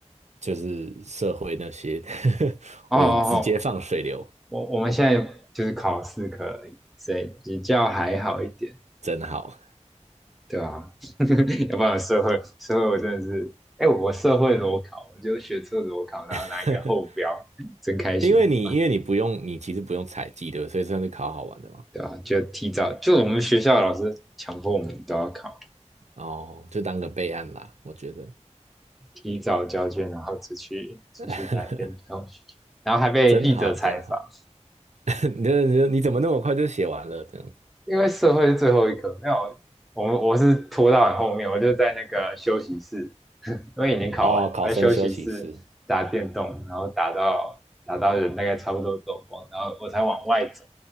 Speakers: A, on the right; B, in the centre.
A: 就是社会那些，<laughs>
B: 哦哦哦，
A: 我就直接放水流，
B: 我我们现在就是考四可以，所以比较还好一点，
A: 真好，
B: 对啊 <laughs>，要不然社会社会我真的是，哎、欸我社会裸考，我就学测裸考，然后拿一个后标，
A: <laughs>
B: 真开心啊，
A: 因为你因为你不用你其实不用采集对不对所以算是考好玩的嘛，
B: 对啊，就提早就我们学校的老师强迫我们都要考，
A: 哦，就当个备案啦，我觉得
B: 提早交卷，然后出去出去打电动，
A: <laughs>
B: 然后还被记者采访，
A: 真好真好，<laughs> 你这你怎么那么快就写完了这样？
B: 因为社会是最后一科，没有，我们我是拖到很后面，我就在那个休息室，<laughs> 因为已经考完了，
A: 哦，考生休息室
B: 在休息室打电动，然后打到打到人大概差不多走光，然后我才往外走，